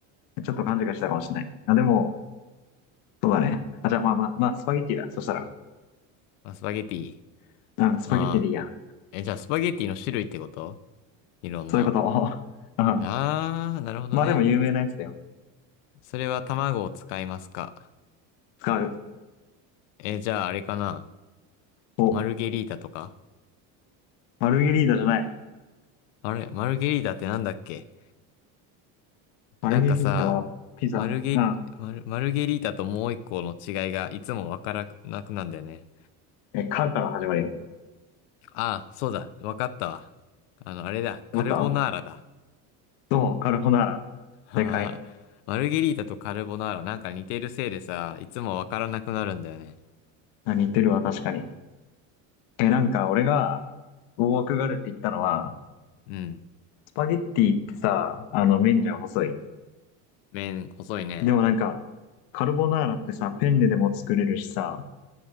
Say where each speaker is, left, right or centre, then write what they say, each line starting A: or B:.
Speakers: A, on the left; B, on the left.
A: ちょっと勘違いしたかもしれない。あ、でも、そうだね。あ、じゃあまあまあ、まあ、スパゲッティだ。そしたら。
B: まあ、スパゲッティ。
A: うん、スパゲッティでいいや。
B: ああ。え、じゃあスパゲッティの種類ってこといろんな。
A: そういうこと。<laughs> うん
B: ああ、なるほどね。
A: まあでも有名なやつだよ。
B: それは卵を使いますか。
A: 使う。
B: え、じゃああれかな
A: お、
B: マルゲリータとか
A: マルゲリータじゃない。
B: あれ、マルゲリータってなんだっけ
A: マルゲリータはピザ。
B: なんかさ、マルゲ、
A: うん。
B: マル、マルゲリータともう一個の違いがいつもわからなくなんだよね。
A: え、カから始まるよ。
B: ああ、そうだ。わかったわ。あの、あれだ。カルボナーラだ。
A: わかったどうカルボナーラ。
B: <laughs> はははマルゲリータとカルボナーラなんか似てるせいでさ、
A: 正解。
B: いつもわからなくなるんだよね。
A: あ、似てるわ、確かに。え、なんか俺が、大枠があるって言ったのは、
B: うん。
A: スパゲッティってさ、あの、麺じゃ細い。
B: 麺、細いね。
A: でもなんか、カルボナーラってさ、ペンネでも作れるしさ、